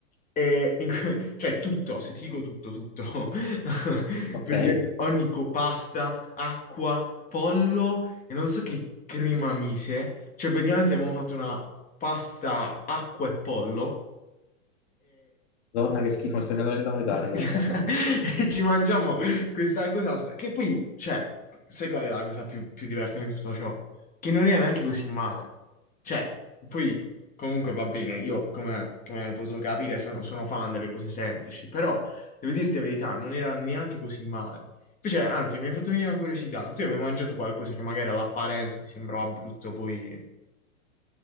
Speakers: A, on the left (about 20°); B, on the left (about 55°).
A: e in que- <laughs> cioè tutto, se ti dico tutto, tutto, <laughs>
B: Ok,
A: praticamente ogni copasta, acqua, pollo e non so che crema mise, cioè praticamente abbiamo fatto una pasta, acqua e pollo
B: donna che schifo, mi sta venendo l'unità monetaria,
A: <laughs>
B: guarda.
A: E ci mangiamo questa cosa, stra- che poi, cioè, sai qual è la cosa più, più divertente di tutto ciò? Che non era neanche così male. Cioè, poi, comunque va bene, io, come, come hai potuto capire, sono, sono fan delle cose semplici, però, devo dirti la verità, non era neanche così male. Invece, anzi, mi hai fatto venire una curiosità. Tu hai mai mangiato qualcosa che magari all'apparenza ti sembrava brutto, poi,